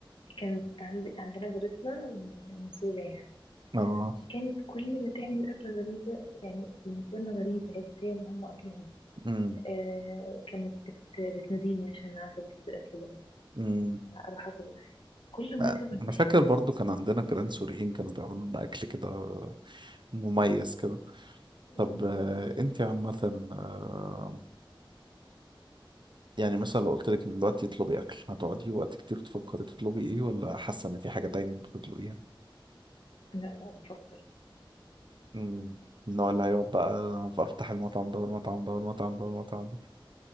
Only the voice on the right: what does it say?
اه
امم
امم
آه،
انا فاكر برضو كان عندنا جيران سوريين كانوا بيعملوا لنا اكل كده مميز كده
طب آه، انت عامه آه، يعني مثلا لو قلت لك من دلوقتي اطلبي اكل هتقعدي وقت كتير تفكري تطلبي ايه ولا حاسه ان في حاجه دايما بتطلبيها
امم النوع اللي هيقعد بقى فافتح المطعم ده والمطعم ده والمطعم ده والمطعم